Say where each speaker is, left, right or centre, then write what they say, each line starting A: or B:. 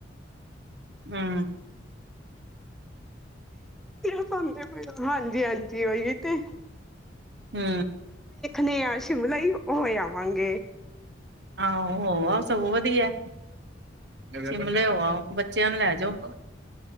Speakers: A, on the right (about 60°); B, in the centre.
A: ਹੂੰ
B: ਦੇ ਹਾਂਜੀ ਹਾਂਜੀ ਹੀ ਤੇ
A: ਹੂੰ
B: ਨੇ ਆ ਸ਼ਿਮਲਾ ਹੀ ਓਹੋ ਆਗੇ
A: ਆਹੋ ਹੋ ਆ ਸਭ ਵਧੀਆ ਸ਼ਿਮਲੇ ਹੋ ਆ ਬੱਚਿਆਂ ਨੂੰ ਲੈ ਜਾਓ।